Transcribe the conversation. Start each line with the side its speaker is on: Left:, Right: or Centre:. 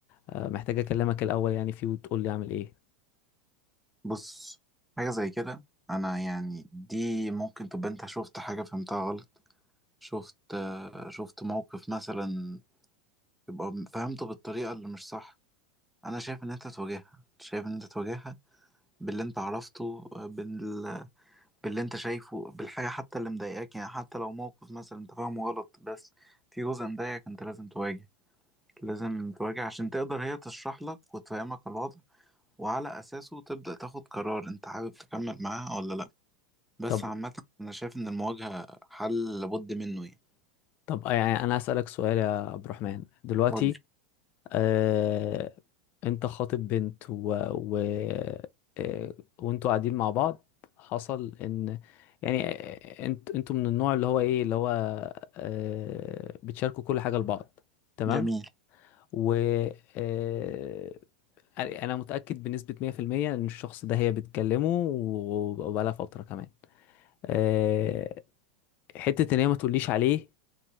Left: آه، محتاج أكلمك الأول يعني فيه وتقول لي أعمل إيه
Centre: بص حاجة زي كده أنا يعني دي ممكن تبقى أنت شفت حاجة فهمتها غلط شفت آه، شفت موقف مثلا يبقى فهمته بالطريقة اللي مش صح أنا شايف إن أنت تواجهها شايف إن أنت تواجهها باللي أنت عرفته آه، بال... باللي أنت شايفه بالحاجة حتى اللي مضايقاك يعني حتى لو موقف مثلا أنت فاهمه غلط بس في جزء مضايقك أنت لازم تواجه لازم تواجه عشان تقدر هي تشرح لك وتفهمك الوضع وعلى أساسه تبدأ تاخد قرار أنت حابب تكمل معاها ولا لأ بس
Left: طب
Centre: عامة أنا شايف إن المواجهة حل لابد منه يعني
Left: طب آه، يعني أنا أسألك سؤال يا عبد الرحمن دلوقتي
Centre: قول لي.
Left: آه، أنت خاطب بنت و... و... آه، وأنتوا قاعدين مع بعض حصل إن يعني آه، أنت أنتوا من النوع اللي هو إيه اللي هو آه، بتشاركوا كل حاجة لبعض تمام
Centre: جميل
Left: و آه، انا متاكد بنسبه 100% ان الشخص ده هي بتكلمه و- وبقالها فتره كمان أه حته ان هي ما تقوليش عليه